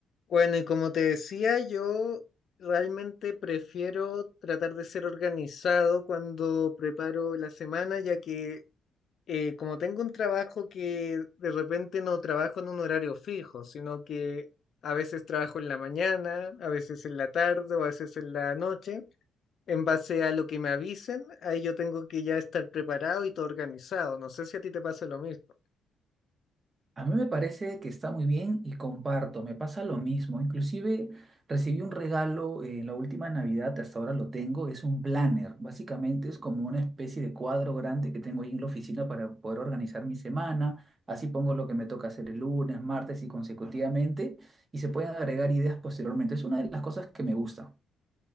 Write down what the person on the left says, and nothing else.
Bueno, y como te decía, yo realmente prefiero tratar de ser organizado cuando preparo la semana, ya que eh, como tengo un trabajo que de repente no trabajo en un horario fijo, sino que a veces trabajo en la mañana, a veces en la tarde o a veces en la noche, en base a lo que me avisen, ahí yo tengo que ya estar preparado y todo organizado. No sé si a ti te pasa lo mismo.